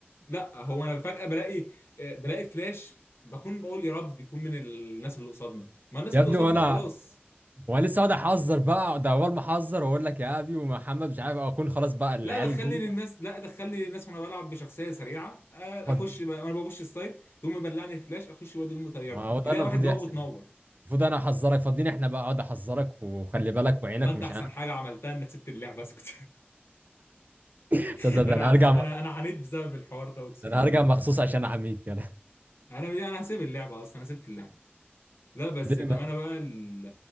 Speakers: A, on the left (about 75°); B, on the right (about 45°).
A: لا هو انا فجاه بلاقي آه، بلاقي فلاش بكون بقول يا رب يكون من الناس اللي قصادنا ما الناس
B: يا
A: اللي
B: ابني
A: قصادنا
B: وانا
A: خلاص
B: وانا لسه اقعد احذر بقى اقعد اول ما احذر واقول لك يا ابي ومحمد مش عارف اكون خلاص بقى العيال
A: لا دخلني
B: جم
A: للناس لا دخلني للناس وانا بلعب بشخصيه سريعه آه،
B: فض-
A: اخش بقى- وانا ببش السايت تقوم مبلعني الفلاش اخش وادي يقوم مطيرني
B: ما هو ده
A: يلاقي
B: اللي المفروض
A: واحد دماغه
B: يحصل
A: بتنور
B: المفروض انا احذرك فاضيين احنا بقى اقعد احذرك وخلي بالك وعينك
A: والله انت
B: ومش
A: احسن
B: انا
A: حاجه عملتها انك سبت اللعبه اسكت
B: <laughs>
A: <laughs>
B: تصدق ده
A: انا
B: انا هرجع
A: انا انا عانيت بسبب الحوار ده اقسم
B: انا
A: بالله
B: هرجع مخصوص عشان احميك يلا
A: انا يعني انا هسيب اللعبه اصلا انا سبت اللعبه لا بس
B: ليه
A: بامانه
B: ما
A: بقى ال-